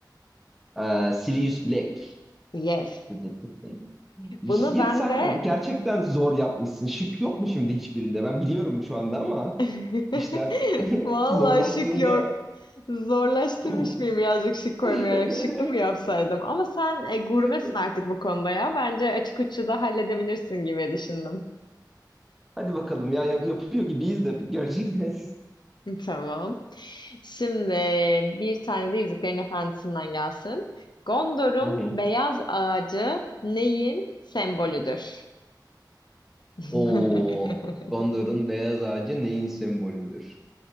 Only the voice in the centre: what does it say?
Ee, Sirius Black.
Tı tı tı tı. İş-
Ya
sen
gerçekten zor yapmışsın. Şık yok mu şimdi hiçbirinde? Ben biliyorum şu anda ama
işler <laughs>
zorlaştığında
uf.
<laughs>
Yok yok.
Hadi bakalım ya yap- yapıyor gibiyiz de göreceğiz.
Hı hı.
Oo, Gondor'un beyaz ağacı neyin sembolüdür?